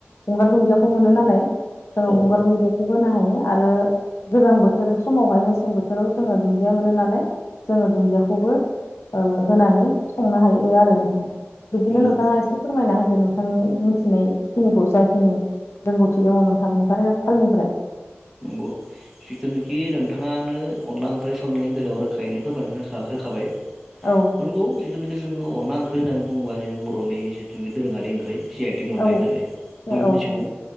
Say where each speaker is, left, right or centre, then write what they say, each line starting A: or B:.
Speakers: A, on the left (about 75°); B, in the centre.
A: गंगार दुन्जियाखौ मोनो नालाय जोङो
B: औ
A: गंगार
B: औ
A: दुन्जियाखौ होनो हायो आरो गोजां बोथोर समावहाय मेसें बोथोराव जोङो दुन्दिया मोनो नालाय जोङो दुन्जियाखौबो ओ होनानै संनो हायो आरो नोंथां बिदिनो
B: नंगौ
A: नोंथाङा एसे फोरमायना होदो नोंथांनि मिथिनायखिनिखौ जाखिनि रोंगौथि दङ नोंथांनिफ्राय ने फालनिफ्राय
B: नंगौ जिथुनोखि नोंथाङानो अनला ओंख्रि संनायनि बेलायाव रोखायैनो फोरमायनानै हो होखाबाय
A: औ
B: नंगौ जिथुनाखि जोङो अनला ओंख्रि होननानै बुङोब्ला जोंनि बर'नि जिथुनाखि दोरोङारि ओंख्रि सि आइ टेक मोननाय
A: औ
B: होननानै बयबो
A: ए औ
B: मिथिगौ